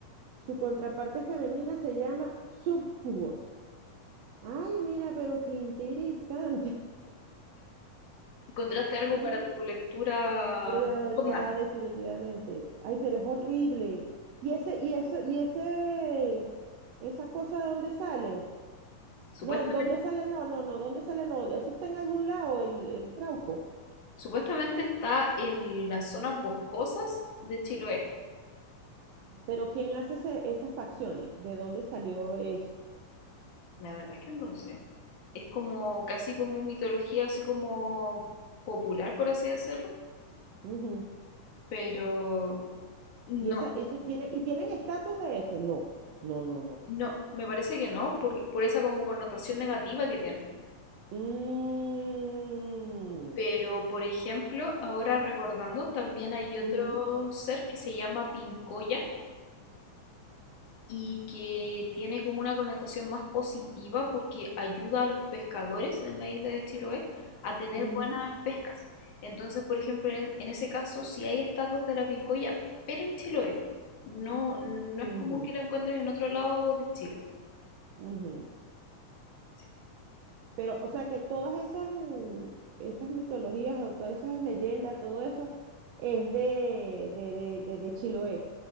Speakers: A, on the right (about 65°); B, on the left (about 70°).
A: Su contraparte femenina se llama subcubos. Ay, mira, pero qué interesante.
B: ¿Encontraste algo
A: <laughs> Ay,
B: para tu lectura
A: Pero
B: nocturna?
A: ya definitivamente. Ay, pero es horrible. Y ese, y eso, y ese, esa cosa, ¿dónde sale?
B: Supuesta-
A: No, ¿dónde sale? No, no, no, ¿dónde sale? No, eso está en algún lado, el, el trauco.
B: supuestamente está en las zonas boscosas de Chiloé.
A: Pero ¿quién hace ese- esas facciones? ¿De dónde salió eso?
B: La verdad es que no lo sé. Es como casi como mitología, así como popular, por así decirlo.
A: Ujú.
B: Pero no,
A: Y esa, eso tiene, ¿y tienen estatuas de eso? No, no, no, no.
B: no, me parece que no, por, por esa como connotación negativa que tiene.
A: Mm,
B: Pero, por ejemplo, ahora recordando, también hay otro
A: ujú,
B: ser que se llama Pincoya, y que tiene como una connotación más positiva porque ayuda a los pescadores en la isla de Chiloé a tener
A: ujú,
B: buenas
A: ujú,
B: pescas. Entonces, por ejemplo, en, en ese caso, si hay estatuas de la Pincoya, pero en Chiloé. No, no
A: ujú,
B: es común que la encuentres en otro lado de Chile.
A: ujú,
B: Sí,
A: Pero, o sea, que todas esas, mm, esas mitologías o todas esas leyendas, todo eso es de, de, de, de, de Chiloé.